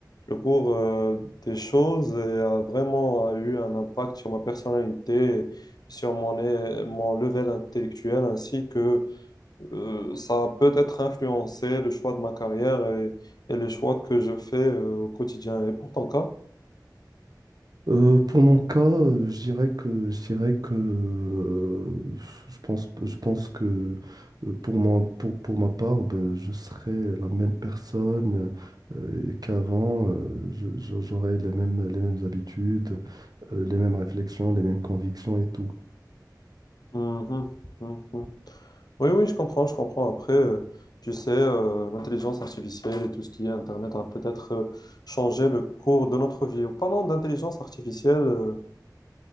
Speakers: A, on the left (about 65°); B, on the right (about 60°).
A: le cours euh, des choses et a vraiment a eu un impact sur ma personnalité, et sur mon, é- mon level intellectuel ainsi que euh, ça a peut-être influencé le choix de ma carrière et, et les choix que je fais euh, au quotidien. Et pour ton cas?
B: Euh, pour mon cas, euh, je dirais que je dirais que euh, je pense je pense que euh, pour moi pour, pour ma part, ben, je serais la même personne euh, qu'avant. euh, je- je- j'aurais les mêmes les mêmes habitudes, euh, les mêmes réflexions, les mêmes convictions et tout.
A: Mhm, mhm. Oui, oui, je comprends, je comprends. Après, euh, tu sais, euh, l'intelligence artificielle et tout ce qui est Internet a peut-être euh, changé le cours de notre vie. Parlons d'intelligence artificielle